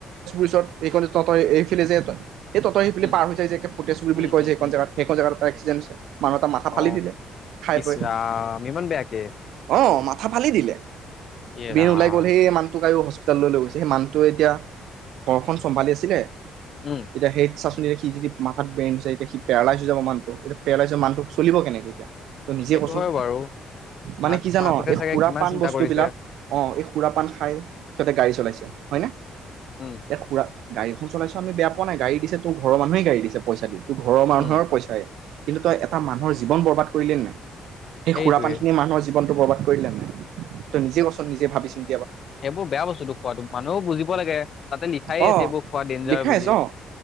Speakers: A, on the right (about 75°); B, on the left (about 40°).
A: তাৰ পিছত ক তই এইফিলে যে তই এ <unintelligible> আহি পেলাই
B: উম
A: পাৰ হৈ যায় যে পুতেশপুৰি বুলি
B: উম
A: কয়
B: উম
A: যে সেইখন
B: উম
A: জেগাত সেইখন জেগাতোটো তাত এক্সিডেণ্ট হৈছে, মানুহ এটা মাথা ফালি
B: অ
A: দিলে, খাই
B: ইচ
A: বৈ,
B: ৰাম ইমান বেয়াকে
A: অ, মা মাথা ফালি দিলে?
B: এ
A: বেন
B: ৰাম
A: ওলাই গ'ল সেই মানুটোক আৰু হস্পিতাললৈ লয় গৈছে সেই মান ত এতিয়া ঘৰখন চম্ভালি আছিলে।
B: উম
A: এতিয়া সেই চাচোন এতিয়া সি যদি মাথাত <unintelligible> হৈছে এতিয়া সি পেৰেলাইজ হৈ যাব মানুহ টো এতিয়া পেৰেলাইজ হলে মানুটো চলিব কেনেকে এতিয়া। ত নিজে
B: সেইটো
A: কচোন
B: হয় বাৰু
A: মানে
B: মাক
A: কি জান
B: মাকহঁতে
A: এই
B: চাগে
A: সুৰা
B: কিমান
A: পান
B: চিন্তা
A: বস্তু
B: কৰিছে
A: বিলাক অ' সুৰা পান খাই সিহঁতে গাড়ী চলাইছে হয়নে।
B: উম
A: এ সুৰা গাড়ীখন চলাইছ আমি বেয়া পোৱা নাই গাড়ি দিছে তোৰ ঘৰৰ মানুহে ঘাৰি দিছে পইচা দি। ঘৰৰ মানুহৰ
B: উম
A: পইচাই কিন্তু তই এ এটা মানুহৰ জীৱন বৰবাদ কৰিলে নাই। সেই
B: সেইটোৱে
A: সুৰাপান খিনি মানুহৰ জীৱন বৰবাদ কৰিদিলে নাই তই নিজে কচোন নিজে ভাবি চিন
B: এইবোৰ বেয়া বস্তুটো তো খোৱাটো মানুহও বুজিব লাগে। তাতে লিখায়ে
A: অ'
B: আছে এইবোৰ খোৱা ডেঞ্জাৰ
A: লিখাই
B: বুলি
A: আছে অ',